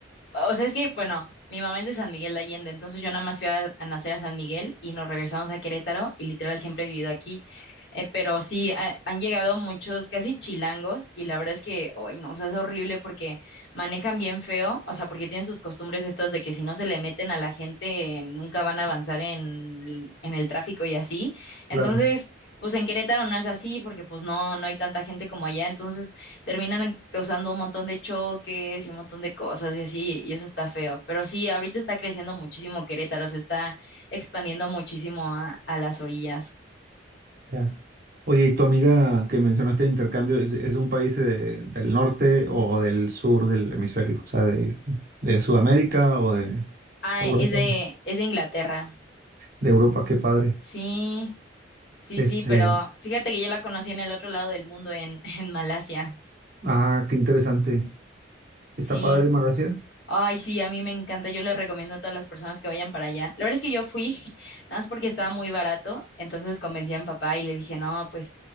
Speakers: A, on the left; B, on the right.
A: O sea, es que, bueno, mi mamá es de San Miguel de Allende, entonces yo nada más fui a, a nacer a San Miguel y nos regresamos a Querétaro y literal siempre he vivido aquí. Eh, pero sí, ha- han llegado muchos casi chilangos y la verdad es que, hoy no, o sea, es horrible porque manejan bien feo, o sea, porque tienen sus costumbres estas de que si no se le meten a la gente nunca van a avanzar en, en el tráfico y así. Entonces...
B: Claro.
A: Pues en Querétaro no es así porque pues no, no hay tanta gente como allá, entonces terminan causando un montón de choques y un montón de cosas y así, y eso está feo. Pero sí, ahorita está creciendo muchísimo Querétaro, se está expandiendo muchísimo a, a las orillas.
B: Ya. Oye, ¿y tu amiga que mencionaste de intercambio es, es de un país eh, del norte o del sur del hemisferio? O sea, de, de Sudamérica o de
A: Ah,
B: Europa.
A: es de, es de Inglaterra.
B: De Europa, qué padre.
A: Sí, sí,
B: Este,
A: sí, pero fíjate que yo la conocí en el otro lado del mundo, en, <laughs> en Malasia.
B: ah, qué interesante.
A: Sí.
B: ¿Está padre Malasia?
A: Ay, sí, a mí me encanta. Yo le recomiendo a todas las personas que vayan para allá. La verdad es que yo fui, <laughs> nada más porque estaba muy barato, entonces convencí a mi papá y le dije, no, pues,